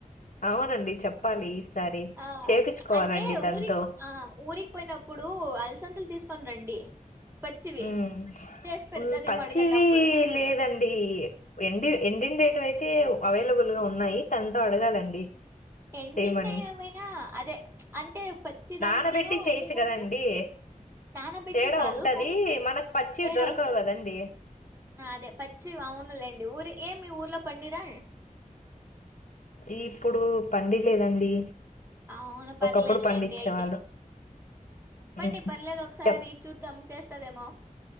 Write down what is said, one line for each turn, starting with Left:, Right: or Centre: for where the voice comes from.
Left: అవునండి చెప్పాలి ఈసారి
Right: ఆ
Left: చేపిచుకోవాలండి
Right: అంటే
Left: తనతో
Right: ఊరికి పో- ఆ ఊరికి పోయినప్పుడు అలసందులు తీసుకొని రండి పచ్చివి
Left: మ్
Right: చేసి పెడతదేమో
Left: పచ్చివి
Right: అడగండి అప్పుడు
Left: లేదండి ఎండి ఎండిండే అయితే అవైలబుల్ గా ఉన్నాయి తనతో అడగాలండి
Right: ఎండిన్నయి
Left: చేయమని.
Right: ఏవైనా అదే అంటే పచ్చిదానికిను
Left: నానబెట్టి చేయొచ్చు
Right: ఎండిన దానికి
Left: కదండీ!
Right: నానబెట్టి
Left: తేడా
Right: కాదు
Left: ఉంటది
Right: కానీ
Left: మనకు పచ్చివి
Right: తేడా
Left: దొరకవు
Right: వస్తది
Left: కదండి
Right: అదే పచ్చి అవును లేండి ఊరి ఏ మీ ఊర్లో పండీరా
Left: ఈప్పుడు పండిలేదండి
Right: అవును పర్లేదులేండి
Left: ఒకప్పుడు పండించేవాళ్ళు
Right: అయితే చెప్పండి
Left: ఉమ్,
Right: పర్లేదు ఒకసారి
Left: చెప్
Right: చూద్దాం చేస్ స్తదేమో